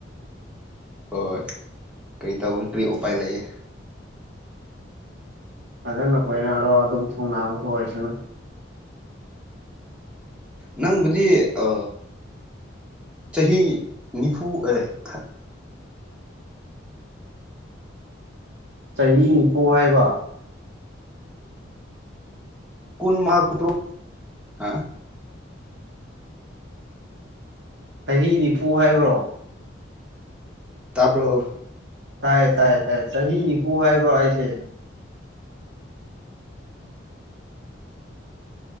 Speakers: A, in the centre; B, on the right (about 60°).
A: ꯍꯣꯏ ꯀꯔꯤ ꯇꯧ ꯀꯔꯤ ꯎꯄꯥꯏ ꯂꯩꯌꯦ
B: ꯐꯖꯅ ꯀꯣꯏꯅꯔꯣ ꯑꯗꯨꯒ ꯊꯨꯡꯅꯥꯕꯁꯨ ꯑꯣꯏꯁꯅꯨ
A: ꯅꯪꯕꯨꯗꯤ ꯑ ꯆꯍꯤ ꯅꯤꯐꯨ ꯑꯦ ꯊ
B: ꯆꯍꯤ ꯅꯤꯐꯨ ꯍꯥꯏꯕ
A: ꯀꯨꯟ ꯃꯥ ꯀꯨꯇ꯭ꯔꯨ ꯍ
B: ꯆꯍꯤ ꯅꯤꯐꯨ ꯍꯥꯏꯕ꯭ꯔꯣ
A: ꯇꯥꯕ꯭ꯔꯣ
B: ꯇꯥꯏ ꯇꯥꯏ ꯇꯥꯏ ꯆꯍꯤ ꯅꯤꯐꯨ ꯍꯥꯏꯕ꯭ꯔꯣ ꯑꯩꯁꯦ